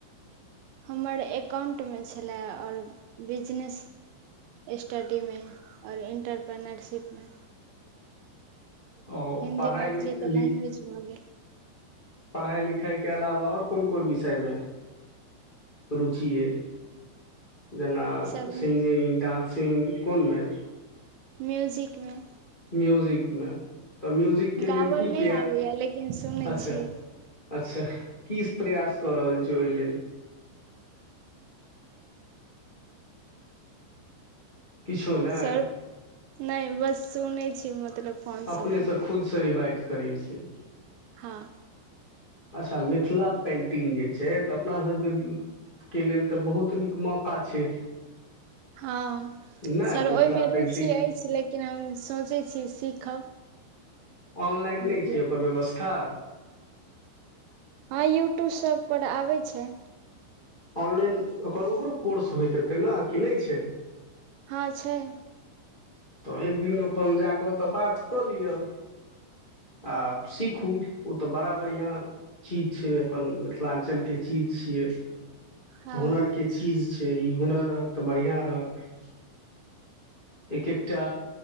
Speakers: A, on the right (about 85°); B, on the left (about 60°).
A: हमर एकाउंट मे छलय आ बिजनेस स्टडी मे आओर इन्टरप्रेनरशिप मे
B: ओ
A: हिन्दी
B: पढ़ाइ
A: मैथिली तऽ
B: लिख
A: लैंग्वेज भऽ गेल
B: पढ़ाइ लिखाइके अलावा आओर कोन कोन विषयमे रुचिए जेना
A: सर
B: सिङंगिंग डानसिंग कोनमे
A: म्यूजिकमे
B: म्यूजिक मे तऽ म्यूजिक के लेल
A: गावल
B: की
A: नहि
B: प्रयास
A: आबैया लेकिन सुनै
B: अच्छा
A: छी
B: अच्छा की प्रयास कऽ रहल छी ओहि लेल किछो नहि
A: सर नहि बस सुनै छी मतलब फोन
B: अपने
A: सबमे
B: सँ खुद सँ रिवाइज करैत छीिय
A: हँ
B: अच्छा मिथिला पेन्टिंग जे छै तऽ अपनासभके के लेल तऽ बहुत नीक मौका छै
A: हँ
B: नहि
A: सर
B: मिथिला
A: ओहिमे
B: पेंटिंग
A: रुचि अछि लेकिन हम सोचै छी सीखब
B: ऑनलाइन
A: मिथिला
B: नहि छै ओकर
A: पेंट
B: व्यवस्था
A: हँ यूट्यूब सभपर आबै छै
B: ऑनलाइन ओकर ओकरो कोर्स होयइत हेतै ने कि नहि छै
A: हँ छै
B: तऽ एक दिन अपन जा कऽ ओतऽ बात कऽ लिअ आ सीखू ओ तऽ बड़ा बढ़िआँ चीज छै अपन मिथिलाञ्चलके चीज छियै
A: हँ
B: हुनरके चीज छै ई हुनर रहत तऽ बढ़िआँ रहत एक एकटा